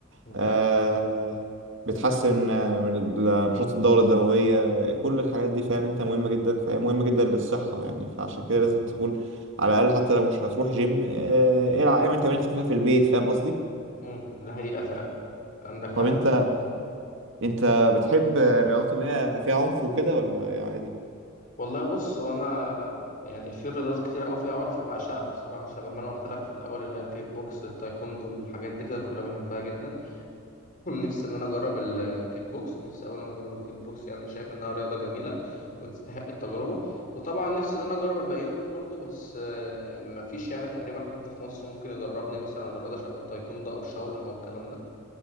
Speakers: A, on the left; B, on the right.
A: ده
B: آه،
A: حقيقة فعلا
B: بتحسن آه، من ال- نشاط الدورة الدموية كل الحاجات دي فاهم انت مهمة جدا فهي مهمة جدا للصحة يعني فعشان كده لازم تكون على الأقل حتى لو مش هتروح جيم آه، العب اعمل تمارين خفيفة في البيت فاهم قصدي؟
A: امم ده حقيقة فعلا عندك حق
B: طب انت
A: بصراحة
B: انت بتحب الرياضات اللي هي فيها عنف وكده ولا إيه عادي؟
A: والله بص هو أنا يعني في رياضات كتير أوي فيها عنف بعشقها بصراحة شبه ما أنا قلت لك في الأول اللي هي الكيك بوكس التايكوندو الحاجات دي كده كلها بحبها جدا <laughs> نفسي ان انا اجرب الكيك بوكس نفسي اولا اجرب الكيك بوكس يعني انا شايف انها رياضه جميله وتستحق التجربه وطبعا نفسي ان انا اجرب الباقيين دول برضو بس آه، مفيش يعني تقريبا حد في مصر ممكن يدربني مثلا على رياضه شبه التايكوندو او الشاولين او الكلام ده